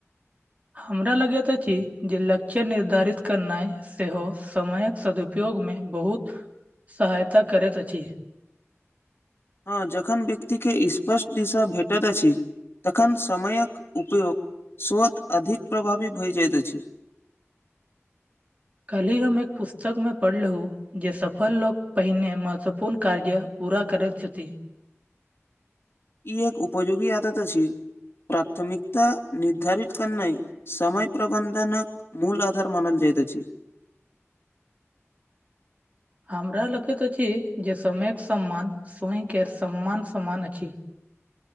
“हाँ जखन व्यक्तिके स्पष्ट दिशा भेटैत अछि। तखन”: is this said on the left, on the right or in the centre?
Left